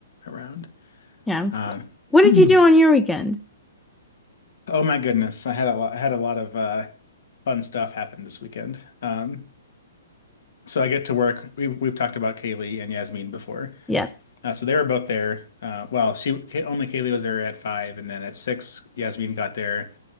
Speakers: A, on the left; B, in the centre.
A: around.
B: Yeah.
A: Um,
B: What
A: <clears throat>
B: did
A: Hmm.
B: you do on your weekend?
A: oh my goodness, I had a lot, I had a lot of uh fun stuff happen this weekend. Um, so I get to work. We've we've talked about Kaylee and Yasmin before.
B: Yeah.
A: Uh, so they were both there. Uh, well, she Ka- only Kaylee was there at five, and then at six, Yasmin got there,